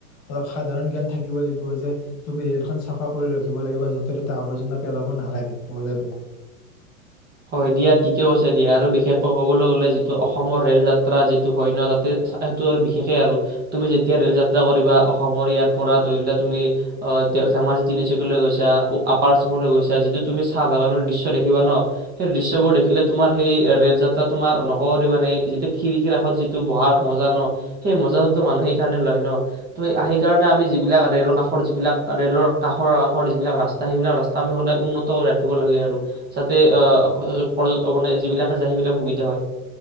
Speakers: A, on the left (about 35°); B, on the right (about 20°).
A: অলপ সাধাৰণ জ্ঞান থাকিব লাগিব যে তুমি ৰেলখন চাফা কৰি ৰাখিব লাগিব, যতে ততে আৱৰ্জনা পেলাব নালাগে ক'বলৈ গ'লে।
B: হয় দিয়া ঠিকে কৈছা দিয়া আৰু বিশেষকৈ কবলৈ গলে যিটো অসমৰ ৰেল যাত্ৰা যিটো হয় ন তাতে সেইটো আৰু বিশেষে আৰু তুমি যেতিয়া ৰেল যাত্ৰা কৰিবা অসমৰ ইয়াৰ পৰা ধৰি লোৱা তুমি ধেমাজি তিনিচুকীয়ালৈ গৈছা আপাৰ আচামলৈ গৈছা যিটো তুমি চাহ বাগানৰ দৃশ্য দেখিবা ন, সেই দৃশ্যবোৰ দেখিলে তোমাৰ সেই ৰেল যাত্ৰা তোমাৰ নকৰি মানে যিটো খিৰিকীৰ কাষত যিটো বহাৰ মজা ন সেই মজাটোতো মানুহে সেইকাৰণে লয় ন ত' সেইকাৰণে আমি যিবিলাক ৰে'ল কাষৰ যিবিলাক ৰে'লৰ কাষৰ কাষৰ যিবিলাক ৰাস্তা সেইবিলাক ৰাস্তা আমি সদায় উন্নত কৰি ৰাখিব লাগে আৰু যাতে আ পৰ্যটক মনে যিবিলাকে যায় সেইবিলাক সুবিধা হয়